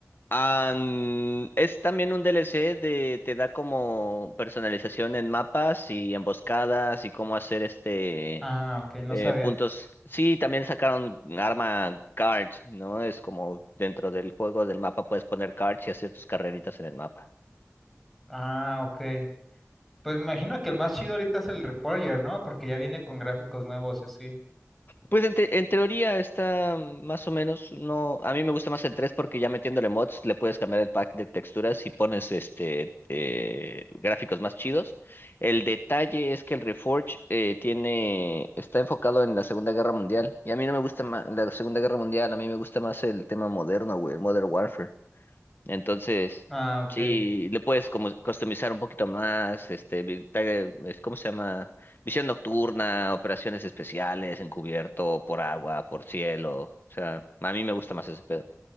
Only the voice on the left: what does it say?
An- es también un DLC de te da como personalización en mapas y emboscadas y cómo hacer este
eh,
puntos. Sí, también sacaron arma cards, ¿no? Es como dentro del juego del mapa puedes poner cards y hacer tus carreritas en el mapa.
Pues en, te- en teoría está mm, más o menos, no, a mí me gusta más el 3 porque ya metiéndole mods le puedes cambiar el pack de texturas y pones este eh, gráficos más chidos. El detalle es que el Reforge eh, tiene, está enfocado en la Segunda Guerra Mundial y a mí no me gusta ma- la Segunda Guerra Mundial, a mí me gusta más el tema moderno, güey, el Modern Warfare. Entonces,
sí, le puedes como customizar un poquito más, este, vi- ta- es- ¿cómo se llama? Visión nocturna, operaciones especiales, encubierto, por agua, por cielo. O sea, a mí me gusta más ese pedo.